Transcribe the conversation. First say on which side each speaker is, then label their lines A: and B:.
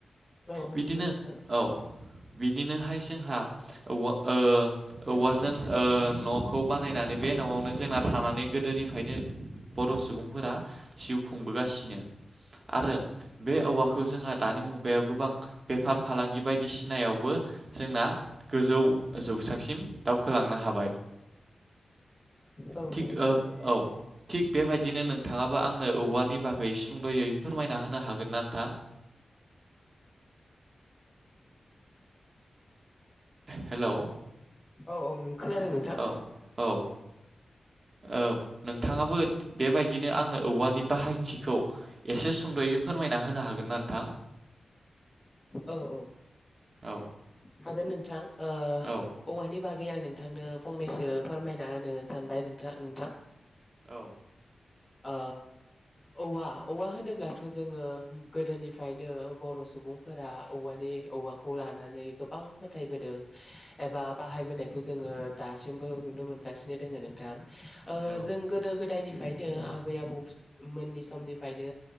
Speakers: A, on the left (about 20°); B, on the right (about 40°).
A: औ औ
B: बिदिनो
A: नंगौ नोंथां।
B: औ बिदिनोहाय जोंहा औवा ओ औवाजों ओ न'खौ बानायनानै बे न'आवनो जोंना थानानै गोदोनिफायनो बर' सुबुंफोरा जिउ खुंबोगासिनो आरो बे औवाखौ जोंहा दानि मुगायाव गोबां बेफार फालांगि बायदिसिनायावबो जोंना गोजौ जौसांसिम दावखोलांनो हाबाय
A: औ
B: थिग
A: नंगौ
B: ओ
A: नोंथां
B: औ थिग बेबायदिनो नों थाङाबो आंनो औवानि बागै सुंद'यै फोरमायना होनो हागोन ना नोंथां हेलौ
A: औ औ नों खोनादों नोंथां
B: औ औ औ नोंथाङाबो बेबायदिनो आंनो औवानि बाहायथिखौ एसे सुंद'यै फोरमायना होनो हागोन ना नोंथां
A: औ औ
B: औ
A: हागोन नोंथां ओ
B: औ
A: औवानि बागै आं नों थांनो फंनैसो फोरमायना होनो सानबाय नोंथा नोंथां
B: औ
A: ओ औवा औवा होनोब्लाथ' जोङो गोदोनिफायनो बर' सुबुंफोरा औवानि औवाखौ लानानै गोबां फोथायबोदों एबा बाहाबोनायखौ जोङो दासिमबो नुनो मोनगासिनो दङो नोंथां। ओ
B: औ
A: जों गोदो गोदायनिफाय नो आबै आबौ <unintelligible> मोननि समनिफायनो